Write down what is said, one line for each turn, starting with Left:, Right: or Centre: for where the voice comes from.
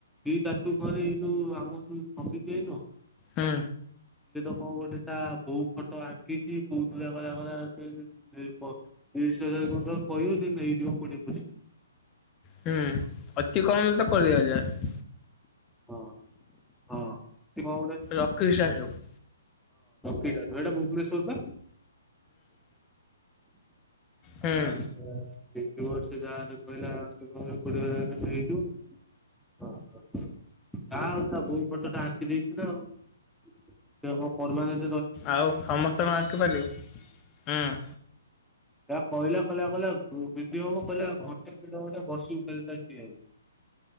Centre: ଦି ତାଠୁ କରେ ଏଇ ଯୋଉ ଆମ ଯୋଉ ସଙ୍ଗିତି ଭାଇ ନୁହଁ।
Left: ହୁଁ
Centre: ହଁ ଗୋଟେ ତା ବୋଉ ଫଟୋ ଆଙ୍କିଛି କୋଉଥିଲା କହିଲା କହିଲା ସେ ତିରିଶ ହଜାର କହିବ ସେ ନେଇଯିବ କୋଡିଏ ପଚିଶି
Left: ହୁଁ ଅତି କମ ତ କୋଡିଏ ହଜାର।
Centre: ହଁ ହଁ ହଁ
Left: ରଖିକି ଛାଡ଼ିବୁ ହୁଁ।
Centre: ଏଟା ଭୁବନେଶ୍ଵର ବା
Left: ହୁଁ
Centre: ଆଛା ଯାହା କହିଲ <unintelligible> ଓ ଯା ଆଉ ତା ବୋଉ ଫଟୋ ଟା ଆଙ୍କି ଦେଇଛି ନା ଆଉ ସେ କଣ ପରମାନେଟ।
Left: ଆଉ ସମସ୍ତେଙ୍କଣ ଆଙ୍କି ପାରିବେ ହୁଁ।
Centre: ଯା କହିଲା କହିଲା କହିଲା ବିଡିଓଙ୍କୁ ଘଣ୍ଟେ ଦେଡଘଣ୍ଟେ ବସିବ।